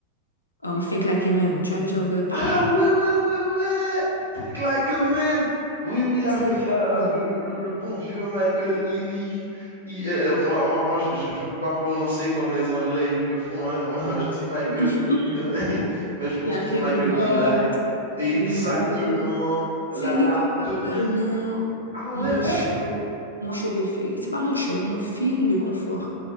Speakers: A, on the left; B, on the right.
A: euh, Fake Like a Man. Tu as déjà regardé
B: Ah ouais, ouais, ouais, ouais. Think like a man. Oui, oui, avec
A: ce film?
B: euh, euh, le, le- le- le bon vieux Michael Ealy. Il- euh, euh, moi, moi, moi, je je- je peux pas prononcer comme les Anglais, ils le font. hein. <laughs> Moi, je dis Michael
A: <laughs>
B: Ealy, hein. <laughs> mais je pense
A: Il y a
B: que
A: Kevin
B: c'est Michael
A: Hart,
B: Eli. Exactement.
A: Kevin Hart et tout.
B: Lala
A: C'est littéralement
B: Anthony. Ah
A: mon
B: ouais, ouais.
A: show, mon show préféré. C'est pas mon show, là, mon film de confort.